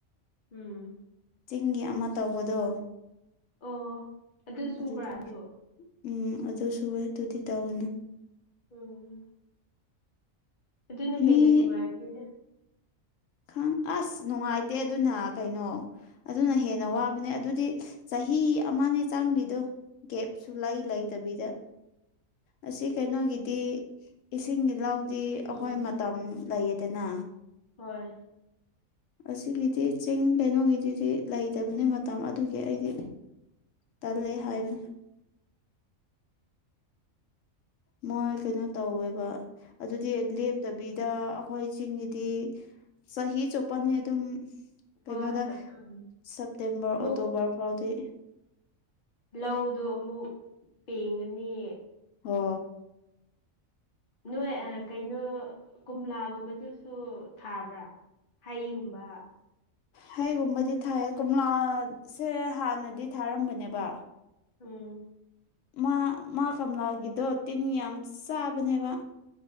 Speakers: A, on the left (about 45°); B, on the left (about 70°).
A: ꯎꯝ
B: ꯆꯤꯡꯒꯤ ꯑꯃ ꯇꯧꯕꯗꯣ
A: ꯑꯣ ꯑꯗꯨ ꯁꯨꯕ꯭ꯔꯥ
B: ꯑꯗꯨꯗꯤ
A: ꯑꯣ
B: ꯎꯝ ꯑꯗꯨꯁꯨ ꯑꯗꯨꯗꯤ ꯇꯧꯅꯤ
A: ꯎꯝ ꯑꯗꯨꯅ
B: ꯃꯤ
A: ꯍꯦꯟꯅ ꯅꯨꯡꯉꯥꯏꯕꯅꯤꯅ
B: ꯈ ꯑꯁ ꯅꯨꯡꯉꯥꯏꯇꯦ ꯑꯗꯨꯅ ꯀꯩꯅꯣ ꯑꯗꯨꯅ ꯍꯦꯟꯅ ꯋꯥꯕꯅꯦ ꯑꯗꯨꯗꯤ ꯆꯍꯤ ꯑꯃꯅꯦ ꯆꯥꯡꯂꯤꯗꯣ ꯒꯦꯞ ꯁꯨ ꯂꯥꯏ
A: ꯎꯝ
B: ꯂꯩꯥꯏꯇꯕꯤꯗ ꯑꯁꯤ ꯀꯩꯅꯣꯒꯤꯗꯤ ꯏꯁꯤꯡꯗꯤ ꯂꯥꯎ ꯗꯤ ꯑꯩꯈꯣꯏ
A: ꯎꯝ
B: ꯃꯇꯝ
A: ꯎꯝ
B: ꯂꯩꯌꯦꯗꯅ
A: ꯍꯣꯏ
B: ꯑꯁꯤꯒꯤꯗꯤ ꯆꯤꯡ ꯀꯩꯅꯣꯒꯤꯗꯨꯗꯤ ꯂꯩꯇꯕꯅꯦ ꯃꯇꯝ ꯑꯗꯨꯒꯤ ꯑꯩꯗꯤ ꯇꯂꯦ ꯍꯥꯏꯔꯤꯕꯅꯦ
A: <inaudible>
B: ꯃꯣꯏ ꯀꯩꯅꯣ ꯇꯧꯋꯦꯕ ꯑꯗꯨꯗꯤꯞ ꯅ ꯗꯕꯤꯗ ꯑꯩꯈꯣꯏꯁꯤꯡꯒꯤꯗꯤ ꯆꯍꯤ ꯆꯨꯞꯄꯅꯤ ꯑꯗꯨꯝ ꯀꯩꯅꯣꯗ
A: ꯍꯣꯏ ꯍꯣꯏ ꯎꯝ
B: ꯁꯦꯞꯇꯦꯝꯕꯔ
A: ꯑꯃꯨꯛ
B: ꯑꯣꯛꯇꯣꯕꯔ ꯐꯥꯎꯗꯤ
A: ꯂꯧꯗꯣ ꯑꯃꯨꯛ ꯄꯦꯡꯉꯅꯤ
B: ꯍ
A: ꯅꯣꯏ ꯀꯩꯅꯣ ꯀꯣꯝꯂꯥꯒꯨꯝꯕꯗꯨꯁꯨ ꯊꯥꯕ꯭ꯔꯥ ꯍꯩꯒꯨꯝꯕ
B: ꯍꯩꯒꯨꯝꯕꯗꯤ ꯊꯥꯏꯌꯦ ꯀꯣꯝꯂꯥꯁꯦ ꯍꯥꯟꯅꯗꯤ ꯊꯥꯔꯝꯕꯅꯦꯕ
A: ꯎꯝ
B: ꯃꯥ ꯃꯥ ꯀꯂꯥꯒꯤꯗꯣ ꯇꯤꯟ ꯌꯥꯝ ꯆꯥꯕꯅꯦꯕ